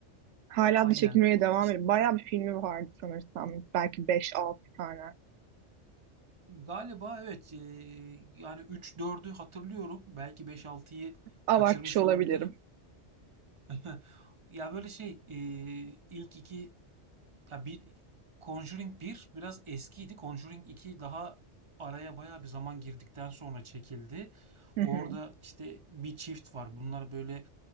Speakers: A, on the right; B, on the right.
A: Hala
B: Aynen.
A: da çekilmeye devam
B: İşte
A: ediyor. Bayağı bir filmi vardı sanırsam. Belki beş altı tane.
B: galiba evet. eee, yani üç dördü hatırlıyorum. Belki beş altıyı
A: Abartmış
B: kaçırmış
A: olabilirim.
B: olabilirim. <laughs> Ya böyle şey eee, ilk iki ya bir Conjuring 1 biraz eskiydi. Conjuring iki daha araya bayağı bir zaman girdikten sonra çekildi.
A: Hı hı.
B: Orada işte bir çift var. Bunlar böyle